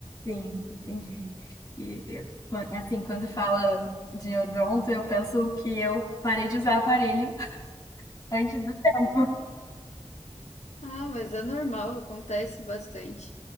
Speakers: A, on the left (about 35°); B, on the left (about 90°).
A: Sim, entendi. E eu- quan- assim, quando fala de odonto, eu penso que eu parei de usar aparelho <laughs> antes do tempo.
B: Ah, mas é normal, acontece bastante.